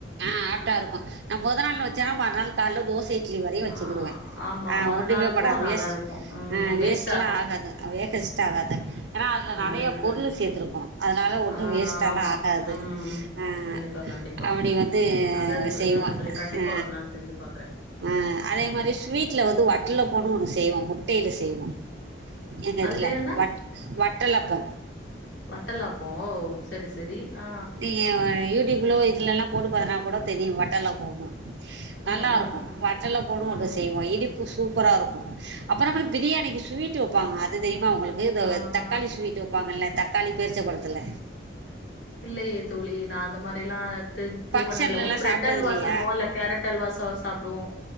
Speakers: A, on the right; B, on the left.
A: ஆ ஆப்டா இருக்கு நா மொத நாளு வச்சேனா மறு நாள் கால்ல தோச இட்லி வரையு வச்சுக்கிடுவ
B: ஆ ஆமா. மறுநாளுக்கும்
A: ஒன்னுமே பன்னாது
B: நல்லா
A: வேஸ்ட்
B: இருக்கும். ம்.
A: வேஸ்ட்லா
B: வேஸ்ட்
A: ஆகாது வேகஸ்ட் ஆகாது ஏன்னா அதுல
B: நல்லது
A: நெறய பொருள்
B: தோழி.
A: சேத்துருக்கோ அதனால ஒன்னு
B: ஆ
A: வேஸ்ட்டாலா
B: ஆமா.
A: ஆகாது
B: ம்.
A: அ
B: கண்டிப்பா, கண்டிப்பா.
A: அப்டி வந்து
B: நல்லது தோழி,
A: செய்வோ
B: நல்லது
A: அ
B: தோழி. கண்டிப்பா ஒரு நாள் செஞ்சு பாக்குறேன்.
A: ஆ அதே மாரி ஸ்வீட்ல வந்து வட்டலப்பனு ஒன்னு செய்வோ முட்டைல செய்வோ எங்க
B: அது
A: இதுல
B: பேர் என்ன?
A: வட் வட்டலப்ப
B: வட்டலாப்போ ஓ செரி செரி ஆ
A: நியு யூடியூப்ல இதுலல்லா போட்டு பாத்தனா கூட தெரியு வட்டல்லப்போமு நல்லாருக்கு
B: ம், ம், ம்,
A: வட்டலப்போன்னு
B: ம்.
A: ஒன்னு செய்வோ இனிப்பு சூப்பரா இருக்கு அப்பறமேல் பிரியாணிக்கு ஸ்வீட் வப்பாங்க அது தெரியுமா உங்களுக்கு
B: ஆ.
A: தக்காளி ஸ்வீட் ட்டு வப்பாங்கல்ல தக்காளி பேரிச்ச பழத்துல
B: இல்லயே தோழி நா அந்த மாரில்லா எத்து இது
A: ஃபங்க்ஷன்லல்லா
B: பண்ணதுல ஒன்னு பிரெட்
A: சாப்ட்டது
B: அல்வா
A: இல்லையா
B: சொல்லுவோ இல்ல கேரட் அல்வா சா சாப்டுவோ